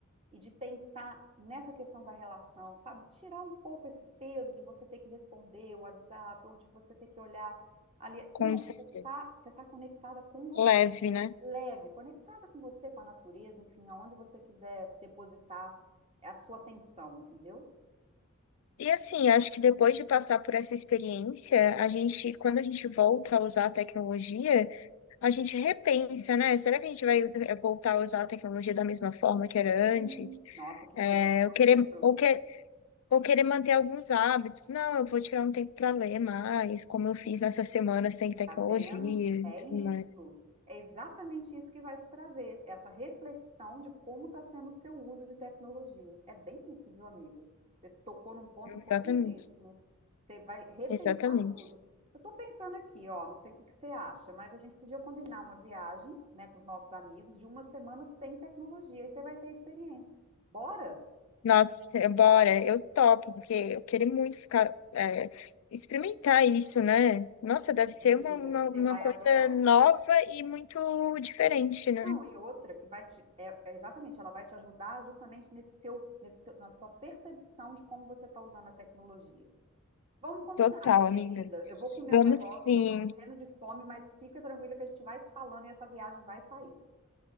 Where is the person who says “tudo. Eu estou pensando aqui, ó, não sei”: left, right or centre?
Right